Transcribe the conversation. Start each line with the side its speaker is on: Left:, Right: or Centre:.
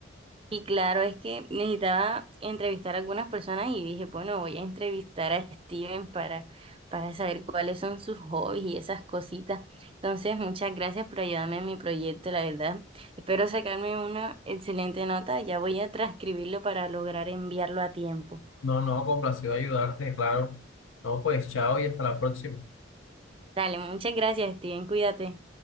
Right: Y claro, es que necesitaba entrevistar a algunas personas y dije, bueno, voy a entrevistar a Steven para, para saber cuáles son sus hobbies y esas cositas. Entonces, muchas gracias por ayudarme en mi proyecto, la verdad. Espero sacarme una excelente nota. Ya voy a transcribirlo para lograr enviarlo a tiempo.
Left: No, no, complacido ayudarte, claro. No, pues chao y hasta la próxima.
Right: Dale, muchas gracias, Steven. Cuídate.